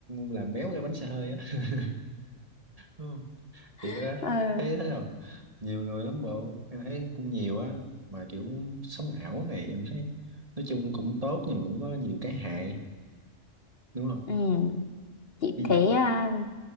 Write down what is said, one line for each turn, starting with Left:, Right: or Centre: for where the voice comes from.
Right: làm méo cái bánh xe hơi á <laughs> đúng không thì
Left: <laughs>
Right: cái đó
Left: ừ.
Right: thấy thế nào nhiều người lắm bộ em thấy cũng nhiều á mà kiểu sống ảo này em thấy nói chung cũng tốt nhưng mà cũng có nhiều cái hại đúng không
Left: Ừ, chị
Right: ví
Left: thấy
Right: dụ
Left: à,